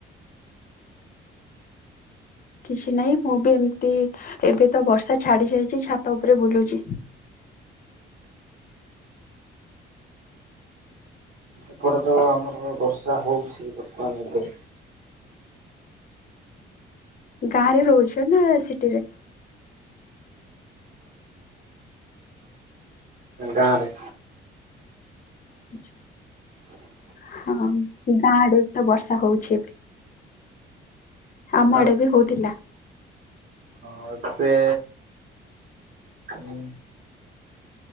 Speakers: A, on the left; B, on the right.
A: କିଛି ନାଇଁ ମୁଁ ବି ଏମତି ଏବେ ତ ବର୍ଷା ଛାଡି ଯାଇଛି ଛାତ ଉପରେ ବୁଲୁଚି।
B: ଏକଡେ ତ ଆମର ବର୍ଷା ହଉଛି ବର୍ତ୍ତମାନ ଏବେ।
A: ଗାଁରେ ରହୁଛ ନା ସିଟିରେ।
B: ଗାଁରେ।
A: ଆଚ୍ଛା। ହଁ ଗାଁ ଆଡେ ତ ବର୍ଷା ହଉଛି ଏବେ। ଆମ
B: ଆଉ
A: ଆଡେ ବି ହଉଥିଲା।
B: ଆଉ ଏବେ ଉଁ